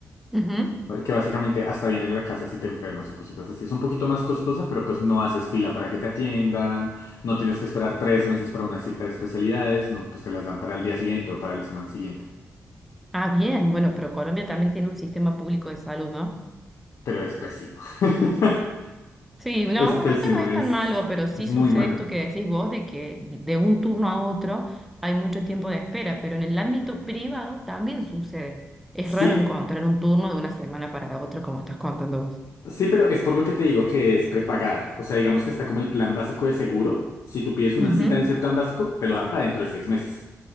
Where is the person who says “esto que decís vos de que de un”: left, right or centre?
Centre